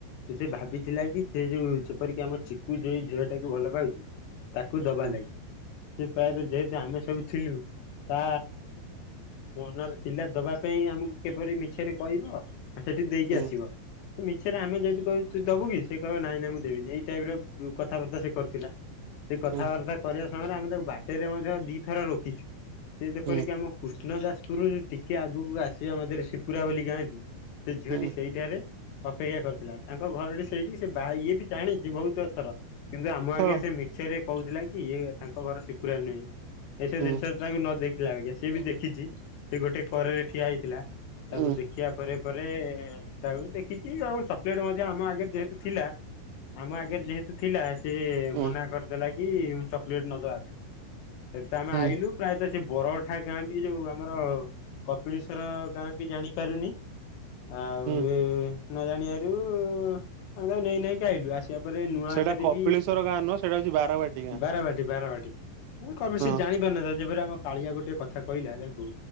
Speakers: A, on the left; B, on the right.
A: ସେ ଭାବିଥିଲା କି ସେ ଯୋଉ ଯେପରିକି ଆମ ଚିକୁ ଯୋଉ ଝିଅ ଟାକୁ ଭଲ ପାଉଛି। ତାକୁ ଦବା
B: ହୁଁ
A: ଲାଗୀ ସେ ପ୍ରାୟରେ ଯେହେତୁ ଆମେ ସବୁ ଥିଲୁ। ତା ମନରେ ଥିଲା ଦବା ପାଇଁ ଆମକୁ କିପରି ମିଛରେ କହିବ। ଆ ସେଠିକ ଦେଇକି
B: ହୁଁ
A: ଆସିବ। ସେ ମିଛରେ ଆମେ ଯଦି କହିବୁ ତୁ ଦବୁ କି ସେ କହିବ ନାଇଁ ନାଇଁ ମୁଁ ଦେବିନି ଏଇ ଟାଇପ ର କଥାବାର୍ତ୍ତା ସେ କରିଥିଲା। ସେ କଥାବାର୍ତ୍ତା
B: ହୁଁ
A: କରିବା ସମୟରେ ଆମେ ତାକୁ ବାଟରେ ମଧ୍ୟ ଦିଥର ରୋକିଛୁ। ସେି ଯେପରିକି
B: ହୁଁ
A: ଆମ କୃଷ୍ଣ ଜାଜପୁର ଟିକେ ଆଗକୁ ଆସିବା ମରେ ଶିପୁରା ବୋଲି ଗାଁ କୁ। ସେ ଝିଅଟି
B: ହୁଁ ହୁଁ
A: ସେଇଠାରେ ଅପେକ୍ଷା କରିଥିଲା ତାଙ୍କ ଘରଟି ସେଇଠି ସେ ବା ଇଏ ବି ଜାଣିି ବହୁତ ଥର କିନ୍ତୁ ଆମ ଆଗରେ
B: ହଁ ହଁ
A: ସେ ମିଛରେ ରେ କହୁଥିଲା କି ଇଏ ତାଙ୍କ ଘର ସିପୁରା ନୁହେଁ। ଏଇସବୁ
B: ହୁଁ
A: ଜିନିଷ ତାକୁ ନ ଦେଖିଲା ବାକି ସିଏ ବି ଦେଖିଛି ସ ସେ ଗୋଟେ କରରେ ଠିଆ ହେଇଥିଲା। ତାକୁ
B: ହୁଁ
A: ଦେଖିବା ପରେ। ତାପରେ ତାକୁ ଦେଖିଚି ଆଉ ଚକୋଲେଟ ମଧ୍ୟ ଆମ ଆଗରେ ଯେହେତୁ ଥିଲା। ଆମ ଆଗରେ ଯେହେତୁ ଥିଲା। ସେ
B: ହୁଁ
A: ମନା କରିଥେଲା କି ଚକଲେଟ ନଦବା ପାଇଁ ସେଠୁ ତ ଆମେ
B: ହୁଁ
A: ଆଇଲୁ ପ୍ରାୟତଃ ସେ ବରଠା ଗାଁ ବି ଯୋଉ ଆମର କପିଳେଶ୍ଵର ଗାଁ ବି ଜାଣିପାରୁନି। ଆଉ
B: ହୁଁ
A: ନଜାଣିବାରୁ ଆମେ ତା ନେଇ ନାଇକି ଆଇଲୁ ଆସ ସେପ ନୂଆଟରେ
B: ସେଇଟା କପିଳେଶ୍ଵର
A: ବି
B: ଗାଁ ନୁହଁ ସେଇଟା ହଉଛି ବାରବାଟୀ ଗାଁ
A: ବାରବାଟୀ ବାରବାଟି କବେ
B: ହଁ
A: ସେଏ ଜାଣି ପାରିନଥାଏ ଯେପରି ଆମ କାଳିଆ ଗୋଟେ କଥା କହିଲା ତାକୁ